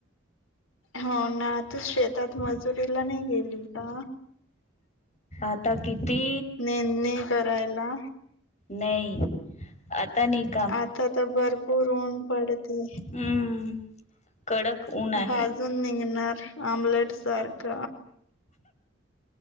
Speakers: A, on the left; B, on the left.
A: हो ना आता शेतात, मजुरी ला नाही गेली का?
B: आता किती.
A: नेंदणी करायला
B: नही आता निग
A: आता तर भरपूर ऊन पडतय!
B: हम्म कडक ऊन आहे
A: भाजून निघणार आम्लेट सारक.